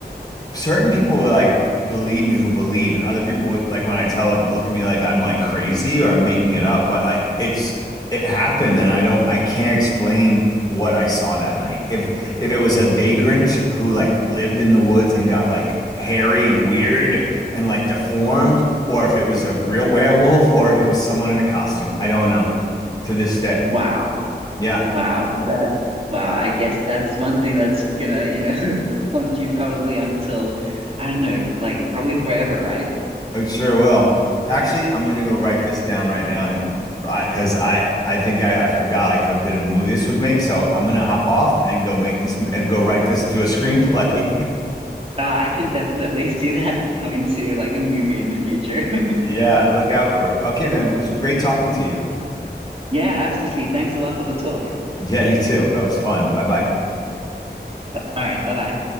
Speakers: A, on the left; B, on the right.
A: certain people will like believe me who believe, and other people would like when I tell it look at me like I'm like crazy or I'm making it up. But I it's it happened, and I don't I can't explain what I saw that night. If if it was a vagrant who like lived in the woods and got like hairy and weird and like deformed, or if it was a real werewolf, or if it was someone in a costume, I don't know to this day.
B: Wow.
A: Yeah.
B: Wow, that wow, I guess that's one thing that's gonna, you know, <laughs> haunt you probably until I don't know, like probably forever, right?
A: It sure will. Actually, I'm gonna go write this down right now, and I because I I think I, I forgot like how good of a movie this would make. So I'm gonna hop off and go make this m- and go write this to a screenplay. <laughs>
B: Uh, I can definitely <laughs> see that coming to like a movie in the future. <laughs>
A: Yeah, look out for it. Okay, man, it was great talking to you.
B: Yeah, absolutely. Thanks a lot for the talk.
A: Yeah, you too. That was fun. Bye bye.
B: All right, bye bye.